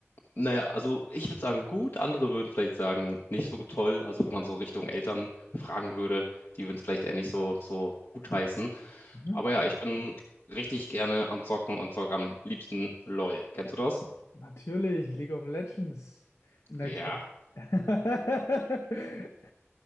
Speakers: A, on the left (about 55°); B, on the left (about 80°).
A: naja, also ich würde sagen gut, andere würden vielleicht sagen nicht so toll. Also wenn man so Richtung Eltern fragen würde, die würden es vielleicht eher nicht so, so gut heißen.
B: Mhm.
A: Aber ja, ich bin richtig gerne am Zocken und zocke am liebsten LOL. Kennst du das?
B: Natürlich, League of Legends in der
A: Ja.
B: Club. <laughs>